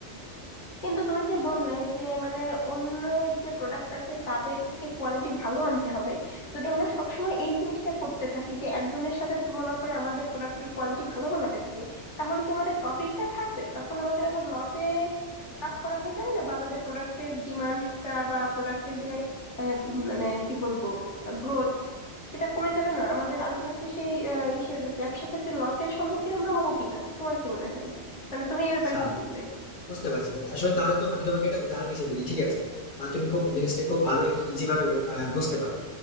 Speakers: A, on the left; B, on the left.
A: কিন্তু তুমি যে বললে যে মানে অন্যের যে প্রোডাক্ট আছে তাদের থেকে কোয়ালিটি ভালো আনতে হবে যদি আমরা সবসময় এই জিনিসটা করতে থাকি যে একজনের সাথে তুলনা করে আমাদের প্রোডাক্টের কোয়ালিটি ভালো বানাতে থাকি তাহলে কি আমাদের প্রফিটটা থাকবে তখন আমাদের আবার লসে কাজ করা হয়ে যাবে না বা আমাদের প্রোডাক্টের ডিমান্ডটা বা প্রোডাক্টের যে আহ, উম, মানে কি বলবো গ্রোথ সেটা কমে যাবে না আমাদের আলটিমেটলি সেই আহ, ইসের ব্যবসা ক্ষেত্রে লসের সম্মুখীন আমরা হবো কিনা তোমার কি মনে হয় মানে তুমি এই ব্যাপারে
B: আচ্ছা
A: কি বলবে
B: বুঝতে পারছি আসলে তাহলে তো আমি তোমাকে একটা উদাহরণ হিসেবে দিই ঠিক আছে তাহলে তুমি খুব জিনিসটা খুব ভালো এবং ইজি ভাবে আহ, বুঝতে পারবে